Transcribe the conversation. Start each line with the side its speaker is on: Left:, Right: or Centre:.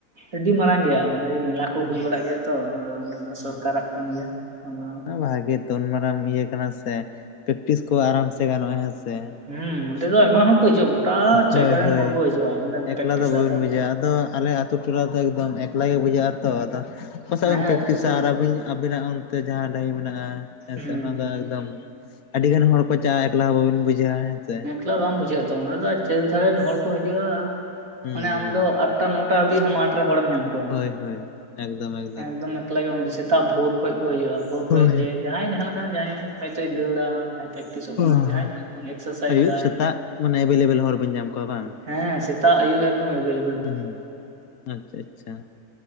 Right: ᱟᱹᱰᱤ ᱢᱟᱨᱟᱝ ᱜᱮᱭᱟ, ᱚᱸᱰᱮ ᱢᱮᱞᱟ ᱠᱚ
Left: ᱦᱮᱸ
Right: ᱠᱚ ᱦᱩᱭ ᱵᱟᱲᱟᱜ ᱜᱮᱭᱟ ᱛᱚ ᱟᱫᱚ ᱚᱸᱰᱮ ᱫᱚ
Left: ᱦᱮᱸ
Right: ᱥᱚᱨᱠᱟᱨᱟᱜ ᱠᱟᱱ ᱜᱮᱭᱟ ᱟᱫᱚ,
Left: ᱵᱷᱟᱜᱮ ᱛᱤᱱ ᱢᱟᱨᱟᱝ ᱤᱭᱟᱹ ᱠᱟᱱᱟ ᱥᱮ ᱯᱮᱠᱴᱤᱥ ᱠᱚ ᱟᱨᱟᱢ ᱥᱮ ᱜᱟᱱᱚᱜᱼᱟ ᱦᱮᱸᱥᱮ ᱾
Right: ᱦᱩᱸ ᱚᱸᱰᱮ ᱫᱚ ᱟᱭᱢᱟ ᱦᱚᱲ ᱠᱚ ᱦᱤᱡᱩᱜᱼᱟ ᱜᱚᱴᱟ
Left: ᱦᱳᱭ
Right: ᱡᱟᱭᱜᱟ ᱨᱮᱱ
Left: ᱦᱳᱭ
Right: ᱦᱚᱲ ᱠᱚ ᱦᱤᱡᱩᱜᱼᱟ ᱚᱸᱰᱮ ᱠᱚ
Left: ᱮᱠᱞᱟ
Right: ᱯᱮᱠᱴᱤᱥᱟ
Left: ᱫᱚ ᱵᱟᱹᱵᱤᱱ
Right: ᱟᱫᱚ
Left: ᱟᱫᱚ ᱟᱞᱮ ᱟᱛᱩ ᱴᱚᱞᱟᱫᱚ ᱮᱠᱫᱚᱢ ᱮᱠᱞᱟ ᱜᱮ ᱵᱩᱡᱷᱟᱹᱜ ᱟᱛᱚ ᱟᱫᱚ ᱚᱠᱚᱭ ᱥᱟᱶ
Right: ᱦᱮᱸ
Left: ᱯᱮᱠᱴᱤᱥᱟ
Right: ᱟᱹᱛᱩ ᱴᱚᱞᱟ
Left: ᱾ ᱟᱨ ᱟᱹᱵᱤᱱ ᱟᱹᱵᱤᱱᱟᱜ ᱚᱱᱛᱮ ᱡᱟᱦᱟᱸ ᱰᱟᱹᱦᱤ ᱢᱮᱱᱟᱜᱼᱟ ᱦᱮᱸ
Right: ᱦᱩᱸ
Left: ᱥᱮ ᱚᱱᱟ ᱫᱚ ᱮᱠᱫᱚᱢ ᱟᱹᱰᱤ ᱜᱟᱱ ᱦᱚᱲ ᱠᱚᱪᱟᱜ ᱮᱠᱞᱟ ᱦᱚᱸ ᱵᱟᱹᱵᱤᱱ ᱵᱩᱡᱷᱟᱹᱜᱣᱟ ᱦᱮᱸ ᱥᱮ ᱾
Right: ᱮᱞᱟ ᱵᱟᱝ ᱵᱩᱡᱷᱟᱹᱜᱼᱟ ᱛᱟᱢᱟ ᱚᱸᱰᱮ ᱫᱚ ᱪᱟᱹᱨ ᱫᱷᱟᱨᱮᱱ ᱦᱚᱲ ᱠᱚ ᱦᱤᱡᱩᱜᱼᱟ
Left: ᱦᱩᱸ
Right: ᱢᱟᱱᱮ
Left: ᱦᱩᱸ
Right: ᱟᱢ ᱫᱚ ᱟᱴᱟ ᱱᱚᱴᱟ ᱦᱟᱹᱵᱤ ᱦᱚᱸ ᱢᱟᱴᱷ ᱨᱮ ᱦᱚᱲᱮᱢ ᱧᱟᱢ ᱠᱚᱣᱟ᱾
Left: ᱦᱚᱭ ᱦᱚᱭ᱾ ᱮᱜᱽᱫᱚᱢ ᱮᱠ
Right: ᱮᱠᱫᱚᱢ ᱮᱠᱞᱟ ᱜᱮ ᱵᱟᱝ ᱫᱤᱥᱟ. ᱥᱮᱛᱟᱜ ᱵᱷᱩᱨ ᱠᱷᱚᱡ ᱠᱚ ᱦᱩᱡᱩᱜᱼᱟ ᱵᱷᱩᱨ
Left: ᱦᱳᱭ
Right: ᱠᱷᱚᱡ ᱡᱮ ᱡᱟᱦᱟᱸᱭ ᱡᱟᱦᱟᱸ ᱞᱮᱠᱟᱭ ᱡᱟᱦᱟᱸᱭ ᱦᱚᱭᱛᱚᱭ ᱫᱟᱹᱲᱟ᱾ ᱯᱨᱮᱠᱴᱤᱥᱚᱜ ᱠᱟᱱᱟᱭ
Left: ᱚ
Right: ᱡᱟᱦᱟᱸᱭ
Left: ᱦᱚ
Right: ᱮᱠᱥᱟᱨᱥᱟᱭᱤᱡ
Left: ᱟᱹᱭᱩᱵ
Right: ᱫᱟᱭ
Left: ᱥᱮᱛᱟᱜ ᱢᱟᱱᱮ ᱮᱵᱮᱞᱼᱮᱵᱮᱞ ᱦᱚᱲ ᱵᱤᱱ ᱧᱟᱢ ᱠᱚᱣᱟ ᱵᱟᱝ?
Right: ᱦᱮᱸ ᱥᱮᱛᱟᱜ ᱟᱹᱭᱩᱵ ᱮᱠᱫᱚᱢ ᱮᱵᱮᱞᱼᱮᱵᱮᱞ᱾
Left: ᱩᱸᱻᱦᱩᱸ ᱟᱪᱪᱷᱟ ᱟᱪᱪᱷᱟ᱾